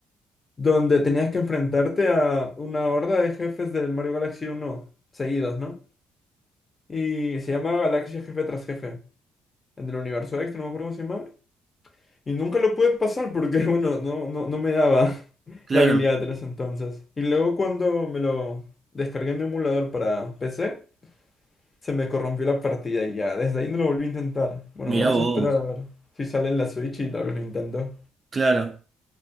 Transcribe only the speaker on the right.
Claro,
mirá
vos,
claro.